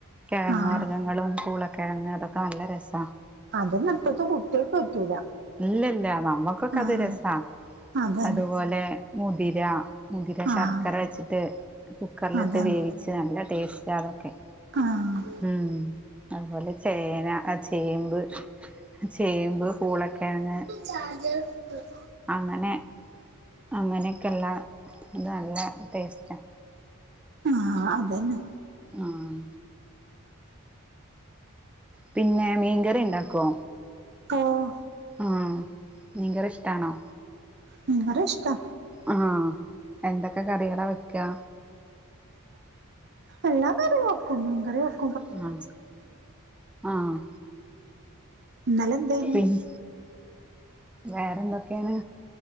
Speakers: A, in the centre; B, on the right.
A: കിഴങ്ങ്
B: ആഹ്
A: വർഗ്ഗങ്ങളും പൂളക്കിഴങ്ങ് അതൊക്കെ നല്ല രസ
B: അതൊന്നും ഇപ്പത്തെ കുട്ടികൾക്ക് പറ്റൂല
A: ഇല്ല ഇല്ല നമ്മുക്കൊക്കെ
B: ആഹ്
A: അത് രസ
B: അതന്നെ
A: അതുപോലെ മുതിര മുതിര
B: ആഹ്
A: ശർക്കര വെച്ചിട്ട് കുക്കറിലിട്ട്
B: അതന്നെ
A: വേവിച്ച് നല്ല ടേസ്റ്റാ അതൊക്കെ
B: ആഹ്
A: ഉം അതുപോലെ ചേന ആ ചേമ്പ് ചേമ്പ് പൂളക്കെഴങ്ങ്
B: ചാർജർ <unintelligible>
A: അങ്ങനെ അങ്ങനൊക്കെള്ള അത് നല്ല ടേസ്റ്റാ
B: ആഹ് അതന്നെ
A: ആഹ് പിന്നെ മീൻകറി ഇണ്ടാക്കോ
B: ഓഹ്
A: ആഹ് മീൻ കറി ഇഷ്ട്ടാണോ
B: മീൻ കറി ഇഷ്ട്ടാ
A: ആഹ് എന്തൊക്കെ കറികളാ വെക്കാ
B: എല്ലാ കറി വെക്കും മീൻ കറി വെക്
A: ആഹ് ആഹ്
B: ഇന്നലെ എന്തേനി
A: പിന് വേറെന്തൊക്കെയാണ്